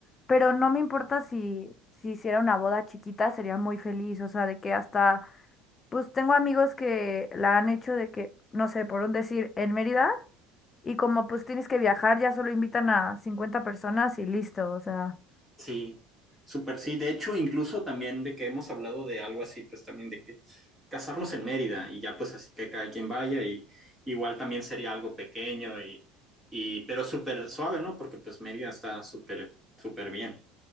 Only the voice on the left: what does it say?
pero no me importa si, si hiciera una boda chiquita, sería muy feliz, o sea, de que hasta Pues tengo amigos que la han hecho de que, no sé, por un decir, en Mérida, y como pues tienes que viajar, ya solo invitan a 50 personas y listo, o sea.